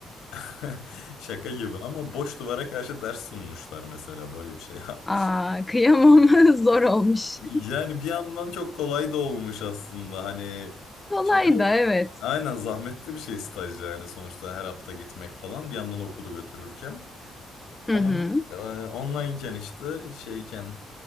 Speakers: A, on the left (about 75°); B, on the left (about 15°).
A: <laughs> Şaka gibi ama boş duvara karşı ders sunmuşlar mesela böyle bir şey <laughs> yapmış.
B: Aa, kıyamam, <laughs> zor olmuş.
A: Yani bir yandan çok kolay da olmuş aslında hani
B: Kolay
A: çünkü o-
B: da evet.
A: aynen zahmetli bir şey staj yani sonuçta her hafta gitmek falan bir yandan okulu götürürken
B: Hı
A: ama
B: hı.
A: e, onlineken işte şeyken